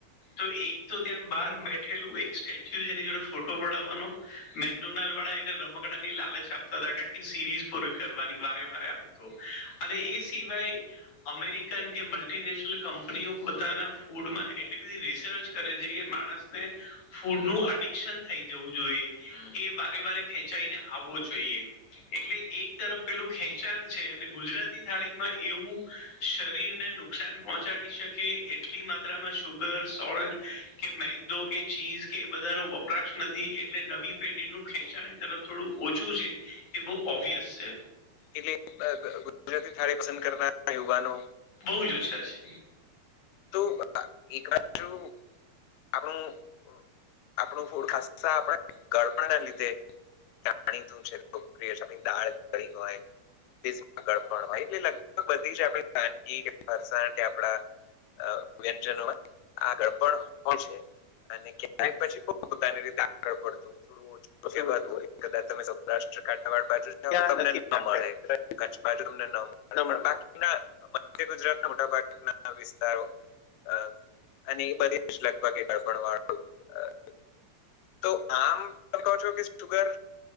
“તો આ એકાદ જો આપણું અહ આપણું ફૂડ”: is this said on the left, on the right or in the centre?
Left